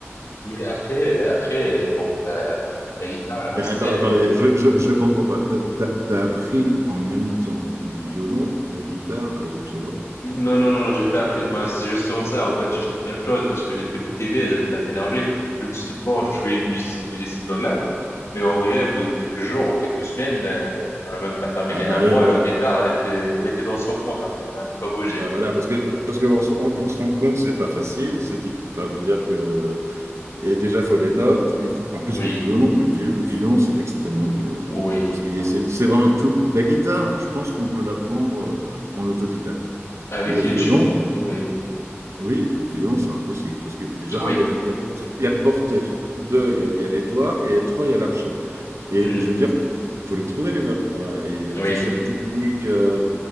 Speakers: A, on the left; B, on the right.
A: Mais après, après, bon, la, la guitare, elle restait.
B: Mais attends, attends, je,
A: euh,
B: je, je comprends pas. T'as, t'as- t'as appris en même temps le violon, la guitare et le piano?
A: Non, non, non, non, j'ai pas appris. Ben, c'est justement ça. En fait, j'ai acheté plein de choses parce que j'étais motivé, j'avais plein d'énergie. Je me suis dit, bon, je suis music- musicien dans l'âme, mais en vrai, au bout de quelques jours ou quelques semaines, euh, on n'a même pas terminé
B: Ah
A: un
B: bah,
A: mois,
B: euh,
A: la guitare, elle était, elle était dans son coin après, hein, elle n'a pas bougé.
B: Ben voilà, parce que parce qu'on se on- on se rend compte que c'est pas facile, c'est diff- enfin je veux dire que et déjà il faut les notes, il faut en plus
A: Oui,
B: le violon, mais le vi- le violon c'est extrêmement dur le
A: oui,
B: violon parce que
A: oui.
B: c'est c'est vraiment toute la guitare, je pense qu'on peut l'apprendre euh, en autodidacte.
A: Avec
B: Le violon,
A: YouTube, oui,
B: oui, le violon c'est impossible parce que déjà
A: oui,
B: un, il y a, il y a le por- il y a le porté, deux, il y a, il y a les doigts et trois, il y a l'archet. Et,
A: Hmm.
B: et je veux dire, faut, faut les trouver les notes, quoi. Et il y a
A: Oui,
B: toute cette technique. euh,